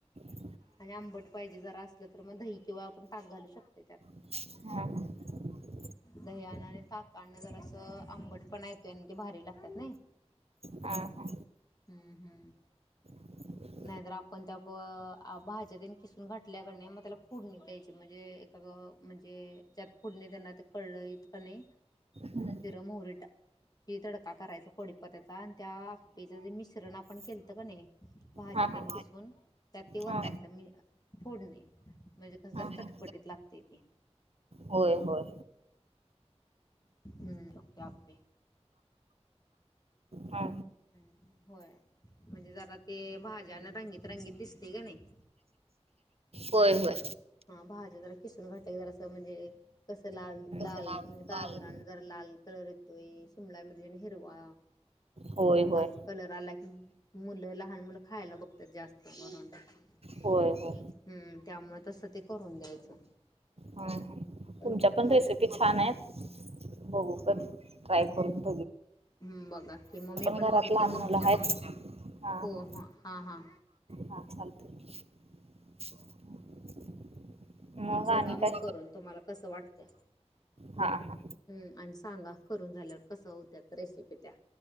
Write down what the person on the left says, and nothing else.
आणि आंबट पाहिजे जरा असलं तर मग दही किंवा आपण ताक घालू शकतोय त्यात.
दह्यान आणि ताकान जरा असं आंबटपणा येतोय आणि ते भारी लागतात.
हम्म, हम्म.
नाहीतर आपण त्या प, अ भाज्या तेन खिसून घाटल्याकणी मग त्याला फोडणी द्यायची म्हणजे एखादं म्हणजे ज्यात फोडणी देणार ते कढईत कन्हाई.
मोहरी टाक की तडका करायचा. पडी पण त्याचा त्या आपे जे मिश्रण आपण केलत का नाही. भाज्यात
किसून त्या ते वतायच
मी फोडणी म्हणजे कस जरा
चटपटीत लागते. ते
हम्म फक्त आप्पे. हम्म
होय. म्हणजे जरा ते भाज्याना रंगीत, रंगीत दिसते का नाही.
हा भाज्या जरा. किसून घातलं जरास असं म्हणजे कसं लाल लाल
म्हणजे गाजर
आणि जरा लाल कलर येतोय. सिमला मिरची आणि हिरवा.
अस कलर आला की मुलं लहान मुलं खायला बघतात जास्त करून हम्म
त्यामुळे तसं ते करून द्यायचं.
अं
खातात
हम्म, बघा की मग मी पण
बघतो
तुमच्या
हो,
ह, हा हा
बघा
मग
करून तुम्हाला कसं वाटतंय?
हम आणि सांगा करून झाल्यावर कस होत्यात रेसिपी त्या?